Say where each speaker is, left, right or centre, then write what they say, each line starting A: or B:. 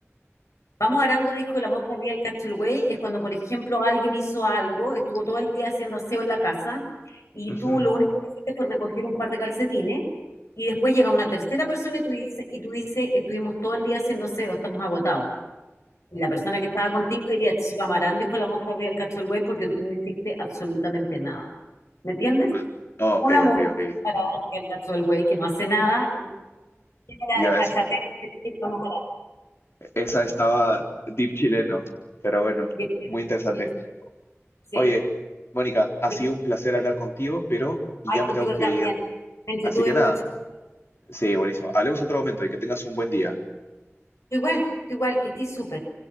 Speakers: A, on the left; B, on the left.
A: Vamos arando, dijo la mosca arriba del cacho del buey, es cuando, por ejemplo, alguien hizo algo, estuvo todo el día haciendo aseo en la casa y
B: Ujú.
A: tú lo único que hiciste fue recoger un par de calcetines y después llega una tercera persona y tú dices, y tú dices, estuvimos todo el día haciendo aseo, estamos agotados. Y la persona que estaba contigo diría, "Ch, vamos arando, dijo la mosca arriba del cacho del buey porque tú no hiciste absolutamente nada. ¿Me entiendes?
B: Ah, ok,
A: O la mosca
B: ok, ok.
A: que está parada arriba del cacho del buey que no hace nada Tiene la
B: Ya,
A: desfachatez
B: es-
A: de decir, vamos a dar.
B: esa estaba deep chileno, pero bueno,
A: Bien, bien,
B: muy interesante.
A: bien, sí,
B: Oye, Mónica, ha
A: bien.
B: sido un placer hablar contigo, pero ya
A: Ay,
B: me
A: contigo
B: tengo que
A: también.
B: ir.
A: Me entretuve
B: Así que
A: mucho.
B: nada, sí, buenísimo. Hablemos otro momento y que tengas un buen día.
A: Tú igual, tú igual, que estoy súper.